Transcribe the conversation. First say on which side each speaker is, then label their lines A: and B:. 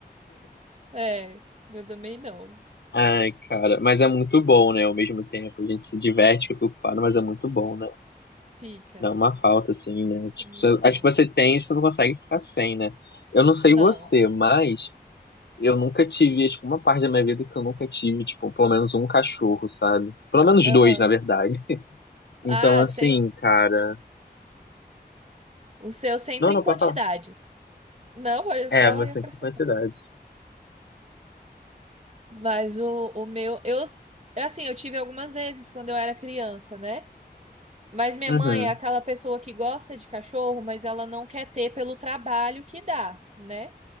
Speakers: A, on the right (about 40°); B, on the left (about 80°).
A: É, eu também não.
B: Ai, cara, mas é muito bom, né? Ao mesmo tempo, a gente se diverte, fica ocupado, mas é muito bom, né?
A: Fica.
B: Dá uma falta, assim, né? Tipo,
A: É muito
B: você-
A: bom.
B: acho que você tem, você não consegue ficar sem, né? Eu não sei
A: Não.
B: você, mas eu nunca tive, acho que uma parte da minha vida que eu nunca tive, tipo, pelo menos um cachorro, sabe? Pelo menos
A: Aham.
B: dois, na verdade. Então,
A: Ah,
B: assim,
A: sem,
B: cara.
A: O seu sempre
B: Não, não,
A: em quantidades.
B: pode falar.
A: Não, olha
B: É,
A: só
B: mas
A: ia
B: sempre
A: acrescentar.
B: quantidade.
A: Mas o, o meu, eu, assim, eu tive algumas vezes quando eu era criança, né? Mas minha
B: Uhum.
A: mãe é aquela pessoa que gosta de cachorro, mas ela não quer ter pelo trabalho que dá, né?